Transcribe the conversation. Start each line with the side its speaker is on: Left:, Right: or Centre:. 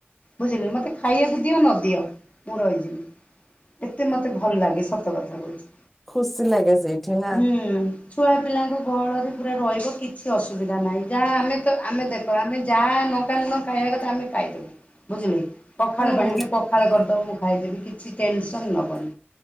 Left: ବୁଝିଲୁ ମୋତେ ଖାଇବାକୁ ଦିଅ ନଦିଅ ମୁଁ ରହିଯିବି । ଏତେ ମତେ ଭଲ ଲାଗେ ସତ କଥା କହୁଛି
Centre: ଖୁସି ଲାଗେ ସେଇଠି ନା
Left: ହୁଁ ଛୁଆ ପିଲାଙ୍କ ଗହଳରେ ପୁରା ରହିବ କିଛି ଅୁବିଧା ସୁବିଧା ନାହିଁ ଯାହା ଆମେ ତ ଆମେ ଦେଖ ଆମେ ଯାହା ନ ଲଙ୍କା ଲୁଣ ଖାଇବା କଥା ଆମେ ଖାଇଦେବୁ ବୁଝିଲେ କି ପଖାଳ
Centre: ହୁଁ
Left: ପାଣି ପଖାଳ କରିଦବ ମୁଁ ଖାଇଦେବି କିଛି ଟେନସନ ନବନି